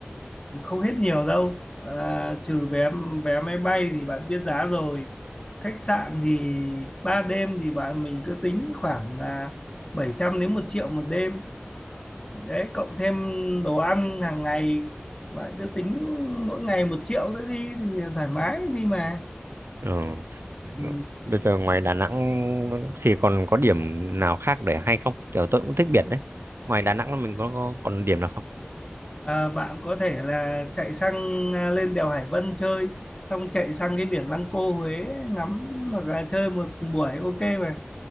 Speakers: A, on the left; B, on the right.
A: không hết nhiều đâu à, trừ vé vé máy bay thì bạn biết giá rồi khách sạn thì ba đêm thì bạn mình cứ tính khoảng là 700 đến một triệu một đêm đấy cộng thêm đồ ăn hàng ngày bạn cứ tính mỗi ngày một triệu nữa đi thì thoải mái đi mà
B: Ờ.
A: ừ.
B: Bây giờ ngoài Đà Nẵng thì còn có điểm nào khác để hay không? Kiểu tôi cũng thích biển đấy. Ngoài Đà Nẵng mình có, có còn điểm nào không?
A: à, bạn có thể là chạy sang à, lên đèo Hải Vân chơi xong chạy sang cái biển Lăng Cô Huế ngắm hoặc là chơi một buổi ok mà